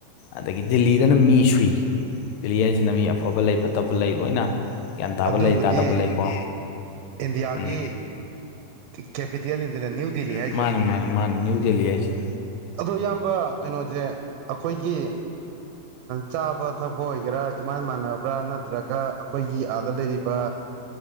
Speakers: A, on the left; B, on the right.
A: ꯑꯗꯒꯤ ꯗꯤꯜꯂꯤꯗꯅ ꯃꯤ ꯁꯨꯏ ꯗꯤꯜꯂꯤ ꯍꯥꯏꯁꯤꯅ ꯃꯤ ꯑꯐꯕ ꯂꯩ ꯐꯠꯇꯕ ꯂꯩ ꯂꯣꯏꯅ ꯒ꯭ꯌꯥꯟ ꯇꯥꯕ
B: ꯑꯗꯨꯕꯨꯗꯤ
A: ꯂꯩ ꯇꯥꯗꯕ ꯂꯩꯀꯣ
B: ꯏꯟꯗꯤꯌꯥꯒꯤ
A: ꯎꯝ
B: ꯀꯦꯄꯤꯇꯦꯜ ꯅꯤꯗꯅ ꯅ꯭ꯌꯨ ꯗꯦꯜꯂꯤ ꯍꯥꯏꯁꯦ
A: ꯃꯥꯅꯤ ꯃꯥꯅꯤ ꯃꯥꯅꯤ ꯅ꯭ꯌꯨ ꯗꯦꯜꯂꯤ ꯍꯥꯏꯁꯦ
B: ꯑꯗꯣ ꯏꯌꯥꯝꯕ ꯀꯩꯅꯣꯁꯦ ꯑꯩꯈꯣꯏꯒꯤ ꯆꯥꯕ ꯊꯛꯄ ꯑꯣꯏꯒꯦꯔꯥ ꯏꯃꯥꯟ ꯃꯥꯟꯅꯕ꯭ꯔꯥ ꯅ ꯅꯠꯇ꯭ꯔꯒ ꯑꯩꯈꯣꯏꯒꯤ ꯑꯥꯗ ꯂꯩꯔꯤꯕ